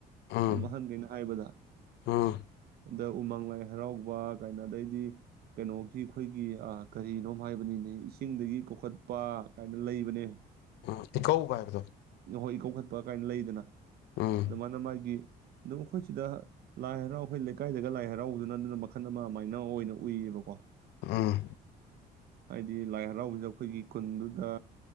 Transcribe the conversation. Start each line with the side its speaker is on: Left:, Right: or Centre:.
Left: ꯎꯝ
Right: ꯑꯍꯟ ꯒꯩꯅ ꯍꯥꯏꯕꯗ꯫
Left: ꯎꯝ
Right: ꯗ ꯎꯃꯪ ꯂꯥꯏ ꯍꯔꯥꯎꯕ ꯀꯥꯏꯅ ꯑꯗꯩꯗꯤ ꯀꯩꯅꯣꯒꯤ ꯈꯣꯏꯒꯤ ꯑ-ꯀꯔꯤꯅꯣꯝ ꯍꯥꯏꯕꯅꯤꯅꯦ ꯏꯁꯤꯡꯗꯒꯤ ꯀꯧꯈꯠ ꯈꯠꯄ ꯀꯥꯏꯅ ꯂꯩꯕꯅꯦ꯫
Left: ꯑ ꯏꯀꯧꯕ ꯍꯥꯏꯕꯗꯣ꯫
Right: ꯍꯣꯏ ꯏꯀꯧꯈꯠꯄ ꯀꯥꯏꯅ ꯂꯩꯗꯅ꯫
Left: ꯎꯝ
Right: ꯗ ꯃꯥꯅ ꯃꯥꯒꯤ꯫ ꯑꯗꯨ ꯈꯣꯏꯁꯤꯗ ꯂꯥꯏ ꯍꯔꯥꯎ ꯑꯩꯈꯣꯏ ꯂꯩꯀꯥꯏꯗꯒ ꯂꯥꯏ ꯍꯔꯥꯎꯕꯗꯨꯅ ꯑꯗꯨꯅ ꯃꯈꯜ ꯑꯃ ꯑꯗꯨꯃꯥꯏꯅ ꯑꯣꯏꯅ ꯎꯏꯌꯦꯕꯀꯣ꯫
Left: ꯑꯥ
Right: ꯍꯥꯏꯗꯤ ꯂꯥꯏ ꯍꯔꯥꯎꯗ ꯑꯩꯈꯣꯏꯒꯤ ꯈꯨꯟꯗꯨꯗ